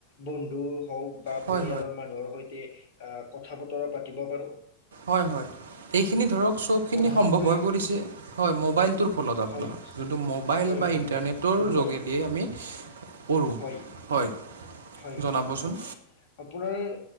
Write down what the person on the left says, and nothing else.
বন্ধু হওক বা
পৰিয়ালৰ মানুহৰ সৈতে - কথা বতৰা পাতিব পাৰোঁ।
প্ৰধানকৈ
হয়
হয়
হয়
হয় মোবাইল
হয়
হয়
হয় হয় আপোনাৰ